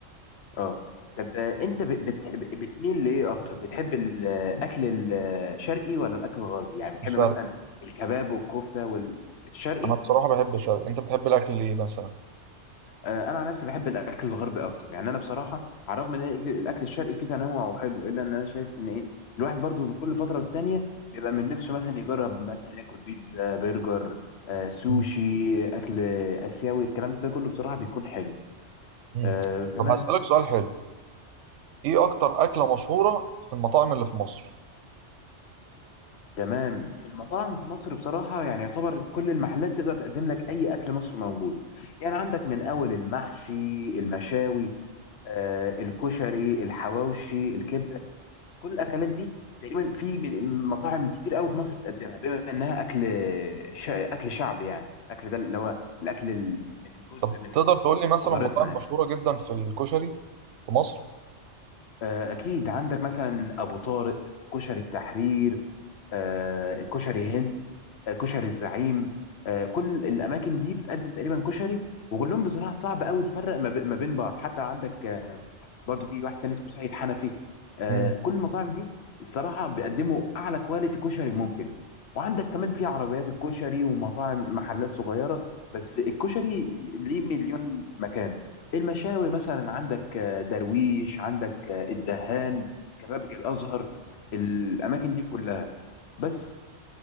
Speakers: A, on the left; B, on the right.
A: اه طب آه، انت ب- بتحب بتميل لايه اكتر بتحب الاكل الشرقي ولا الاكل الغربي يعني بتحب
B: الشرقي
A: مثلا الكباب والكفته والشرقي
B: انا بصراحه بحب الشرق انت بتحب الاكل ليه مثلا
A: آه، انا عن نفسي بحب الاكل الغربي اكتر يعني انا بصراحه على الرغم ان الأك- الاكل الشرقي فيه تنوع وحلو الا ان انا شايف ان ايه الواحد برضو كل فتره والتانيه بيبقى من نفسه مثلا يجرب مثلا ياكل بيتزا برجر آه، سوشي
B: مم.
A: اكل اسيوي الكلام ده كله بصراحه بيكون حلو
B: مم.
A: آه، تمام
B: طب هسالك سؤال حلو ايه اكتر اكله مشهوره في المطاعم اللي في مصر
A: تمام في المطاعم في مصر بصراحة يعني يعتبر كل المحلات تقدر تقدم لك أي أكل مصري موجود يعني عندك من أول المحشي المشاوي آه الكشري الحواوشي الكبدة كل الأكلات دي تقريبا في من مطاعم كتير قوي في مصر بتقدمها بما إنها أكل شا... أكل شعبي يعني الأكل ده اللي هو الأكل ال- من جزء
B: طب
A: من
B: تقدر تقول لي مثلا
A: حضارتنا
B: مطاعم
A: يعني
B: مشهوره جدا في الكشري في مصر
A: آه، اكيد عندك مثلا ابو طارق كشري التحرير آه، كشري هند آه، كشري الزعيم آه، كل الاماكن دي بتقدم تقريبا كشري وكلهم بصراحه صعب قوي تفرق ما بي- ما بين بعض حتى عندك آه، برضو في واحد تاني اسمه سعيد حنفي آه،
B: مم.
A: كل المطاعم دي الصراحه بيقدموا اعلى كواليتي كشري ممكن وعندك كمان في عربيات الكشري ومطاعم محلات صغيره بس الكشري ليه مليون مكان المشاوي مثلا عندك آه، درويش عندك آه، الدهان كبابجي الازهر الاماكن دي كلها بس